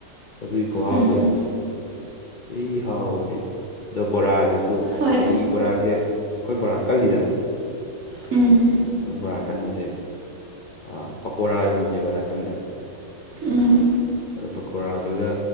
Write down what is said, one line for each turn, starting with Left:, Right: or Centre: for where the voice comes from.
Left: ꯁꯒꯣꯏ ꯈꯍꯥꯎꯗꯨꯗꯤ
Right: ꯎꯝ
Left: ꯁꯤ ꯍꯥꯎꯕꯅꯦ ꯑꯗꯣ ꯕꯣꯔꯥꯗꯨꯁꯨ ꯁꯨ
Right: ꯍꯣꯏ
Left: ꯍꯥꯏꯗꯤ ꯕꯣꯔꯥꯁꯦ ꯑꯩꯈꯣꯏ ꯕꯣꯔꯥ ꯀꯜꯂꯤꯗꯅ
Right: ꯎꯝ
Left: ꯑꯗꯣ ꯕꯣꯔꯥ ꯀꯟꯕꯁꯦ ꯑ ꯄꯀꯣꯔꯥ ꯌꯣꯟꯕꯅꯦꯕ ꯅꯥꯀꯟꯗ
Right: ꯎꯝ
Left: ꯑꯗꯨ ꯄꯀꯣꯔꯥꯗꯒ